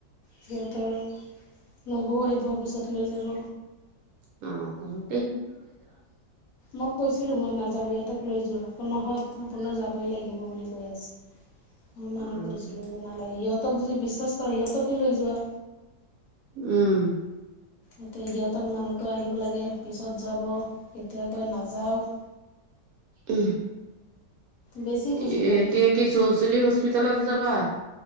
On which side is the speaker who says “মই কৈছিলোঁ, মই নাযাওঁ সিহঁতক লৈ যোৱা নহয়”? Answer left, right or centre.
Left